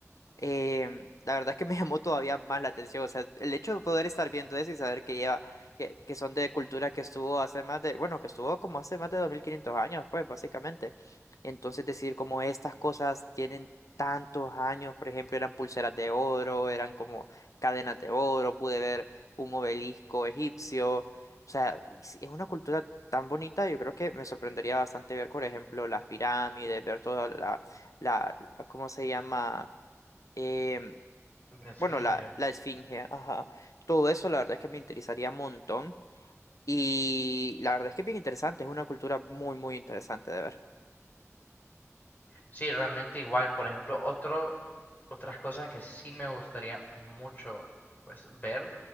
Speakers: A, on the left; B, on the left.
A: eh, la verdad es que me <laughs> llamó todavía más la atención. O sea, el hecho de poder estar viendo eso y saber que lleva, que, que son de cultura que estuvo hace más de, bueno, que estuvo como hace más de 2500 años, pues, básicamente. Entonces, decir como estas cosas tienen tantos años, por ejemplo, eran pulseras de oro, eran como cadenas de oro, pude ver un obelisco egipcio. O sea, y si es una cultura tan bonita, yo creo que me sorprendería bastante ver, por ejemplo, las pirámides, ver toda la, la, la- ¿cómo se llama? em,
B: La Esfinge.
A: bueno, la, la esfinge, ajá. Todo eso la verdad es que me interesaría un montón. Y la verdad es que es bien interesante, es una cultura muy, muy interesante de ver.
B: Sí, realmente igual. Por ejemplo, otro, otras cosas que sí me gustaría mucho pues ver,